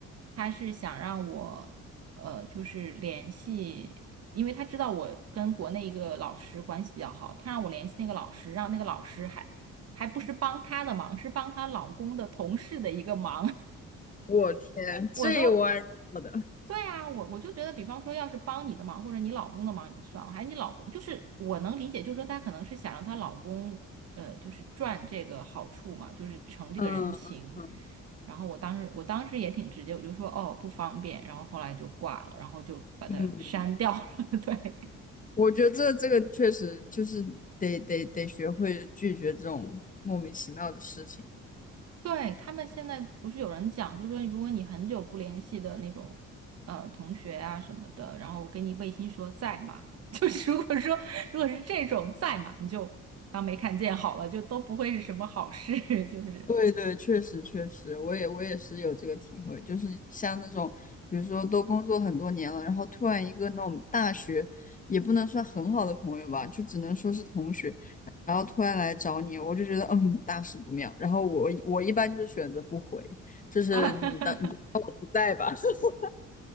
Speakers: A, on the right; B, on the left.
A: 他是想让我呃，就是联系。因为他知道我跟国内一个老师关系比较好，他让我联系那个老师，让那个老师还还不是帮他的忙，是帮他老公的同事的一个忙，
B: 我天，
A: <laughs>
B: 这玩意儿的，
A: 我都。对啊，我我就觉得，比方说，要是帮你的忙或者你老公的忙也就算了，还是你老公，就是我能理解，就是说她可能是想让她老公，呃，就是赚这个好处嘛，就是成这个人情。
B: 嗯嗯
A: 然后我当时我当时也挺直接，我就说哦不方便，然后后来就挂了，然后就把它删掉了。
B: 嗯，
A: <laughs> 对，
B: 我觉得这这个确实就是得得得学会拒绝这种莫名其妙的事情。
A: 对，他们现在不是有人讲，就是说如果你很久不联系的那种呃同学啊什么的，然后给你微信说在吗？<laughs> 就是如果说如果是这种在嘛，你就当没看见好了，就都不会是什么好事，<laughs> 就是
B: 对对，确实确实，我也我也是有这个体会，就是像那种，比如说都工作很多年了，然后突然一个那种大学，也不能算很好的朋友吧，就只能说是同学，然后突然来找你，我就觉得嗯，大事不妙。然后我我一般就是选择不回，就是你的你就不在吧。
A: 啊。<laughs>
B: <laughs>